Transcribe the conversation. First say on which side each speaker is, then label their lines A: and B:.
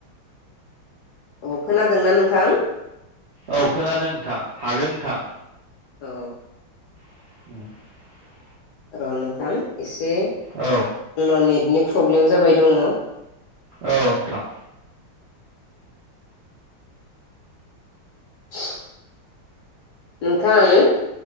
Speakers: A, on the left; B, on the right.
A: अ खोनादोंना नोंथां?
B: औ खोनादों नोंथां हागोन नोंथां।
A: औ।
B: <inaudible>
A: र' नोंथां ए से आंनाव
B: औ
A: नेतनि प्रब्लेम जाबाय दङ।
B: औ नोंथां।
A: <inaudible> नोंथां।